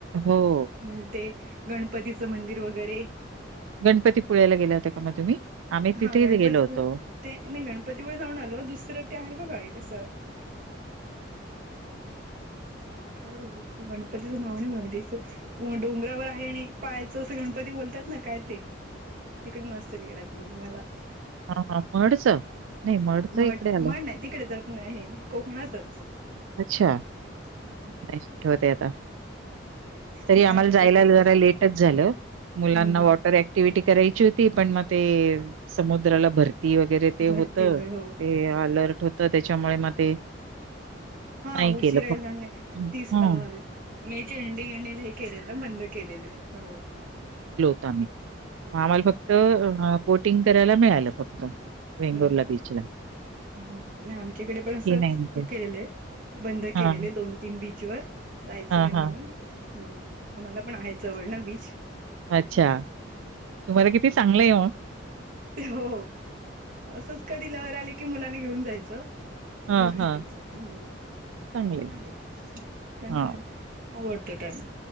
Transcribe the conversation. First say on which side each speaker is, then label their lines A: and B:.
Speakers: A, on the right (about 80°); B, on the right (about 45°).
A: हो.
B: ह ते गणपतीचं मंदिर वगैरे
A: गणपतीपळ्याला गेला होता का मग तुम्ही आम्ही तिथेही
B: हा गणपतीपुळे
A: गेलो होतो
B: ते नाही गणपतीमुळे जाऊन आलो दुसरं ते आहे बघा कसं काय झालं तू गणपतीचं नाव नाही मातीस डोंगरावर आहे आणि एक पायाचं असं गणपती बोलतात ना काय ते तिकडे नसेल गेलात मग तुम्हाला
A: हा हा मडच नाही मडच
B: म्हण
A: इकडे आलं
B: म्हण नाही तिकडे तर आहे कोकणातच
A: अच्छा
B: ह हं
A: आठवते आता तरी
B: नाही
A: आम्हाला
B: हो
A: जायला
B: तिकडच
A: जरा लेट झा मुलांना
B: हम्म
A: वटर टिव्हटी करायची होती पण मग ते समुद्राला भर ती वगैरे ते होत
B: भरती
A: ते
B: वगैरे हो
A: अलर्ट होत त्याच्यामुळे मग ते
B: हा
A: नाही
B: उशीिरायल
A: केलं फक्त
B: ने
A: हं.
B: तीस अ मे एंडिंग एंडिंग हे केलेलं ना बंद केलेले हो
A: तम
B: हां
A: फक्त बोटिंग करायला मिळालं फक्त वेंगुर्ला
B: हम्म
A: बीच ला
B: हो नाही आमच्याकडे पण असं
A: नाही
B: हे
A: मग काही.
B: केलेलंय बंद
A: हां,
B: केलेलं आहे दोन तीन बीच ब व जायचं
A: हां,
B: नाही
A: हां.
B: म्हणून आम्हाला पण आहेत जवळना बीच
A: अच्छा तुम्हाला किती चांगलंय ये
B: ते हो. असंच कधी लहर आली की मुलांना घेऊन जायचं.
A: हां,
B: फिरून
A: हां
B: यायचं. हं,
A: चांगलं आहे.
B: आहेत चांगलय.
A: हां.
B: आवडतं त्यांना.